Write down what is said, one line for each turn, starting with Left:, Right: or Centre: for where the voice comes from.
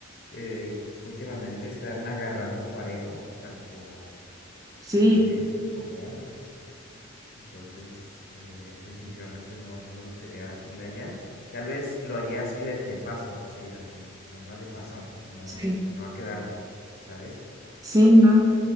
Left: Eh, últimamente están agarrando parejo, tanto
Right: Sí,
Left: mujeres y como hombres. Entonces, eh, definitivamente no, no me gustaría ir allá. Tal vez lo haría así de, de paso, así, así, nada más de pasón, no,
Right: sí,
Left: no, no a quedarme, ¿sabes?
Right: sí, no.